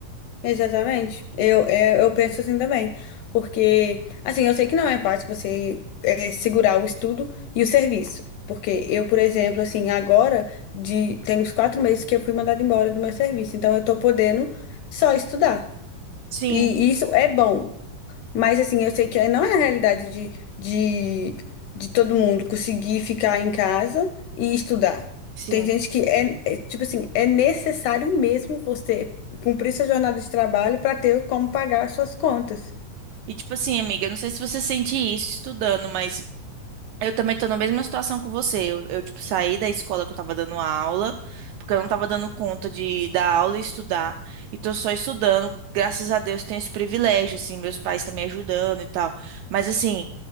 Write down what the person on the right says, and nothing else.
Sim,
sim.
E tipo assim, amiga, eu não sei se você sente isso estudando, mas eu também tô na mesma situação que você. Eu, eu, tipo, saí da escola que eu tava dando aula, porque eu não tava dando conta de dar aula e estudar. E tô só estudando. Graças a Deus tenho esse privilégio, assim, meus pais estão me ajudando e tal. Mas assim,